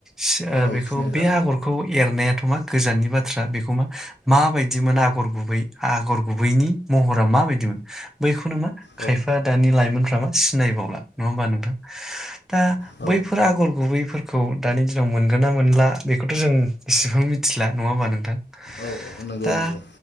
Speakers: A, in the centre; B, on the left.
A: सि ओ
B: औ
A: बेखौ
B: सिनायला
A: बे आगरखौ एरनायाथ' मा गोजाननि बाथ्रा बे मा माबायदिमोन आगर गुबै आगर गुबैनि महरा माबायदिमोन बैखौनो मा
B: औ
A: खायफा दानि लाइमोनफ्रा मा सिनायबावला नङा होमबा नोंथां? दा
B: औ
A: बैफोर आगर गुबैफोर खौ दानि दिनाव मोनगोन ना मोनला बेखौथ' जों एसेबां मिथिला नङा होमबा नोंथां?
B: औ नंगौ
A: दा
B: नंगौ